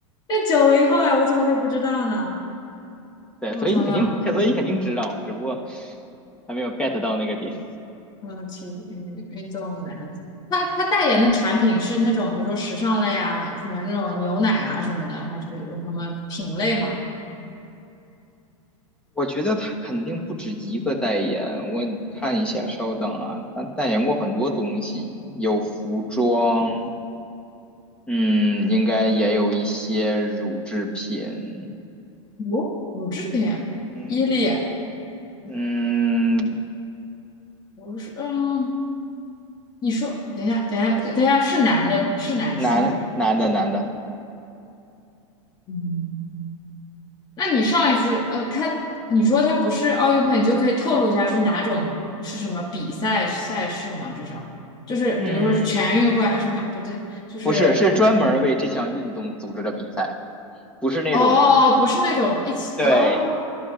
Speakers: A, on the left; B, in the centre.
A: 那九零后哎，我怎么会不知道呢？
B: 对，
A: 我想想，
B: 所以你肯定，所以你肯定知道，只不过还没有 get 到那个点。
A: 嗯，体育运动员，他他代言的产品是那种，比如说时尚类啊，什么那种牛奶啊什么的，还是有什么品类吗？
B: 我觉得他肯定不止一个代言，我看一下，稍等啊，他代言过很多东西，有服装，嗯，应该也有一些乳制品，
A: 乳乳制品，
B: 嗯
A: 伊利，
B: 嗯，
A: 不是，嗯，你说，等一下，等一下，等一下，是男的，是男性对吧？
B: 男的男的男的，
A: 嗯。那你上一次，呃，他你说他不是奥运会，你就可以透露一下是哪种是什么比赛赛事吗？至少就是比如说是全运会还是什么啊？
B: 嗯，
A: 不对，就是
B: 不是，是专门为这项运动组织的比赛，不是那种
A: 哦，不是那种一起哦，
B: 对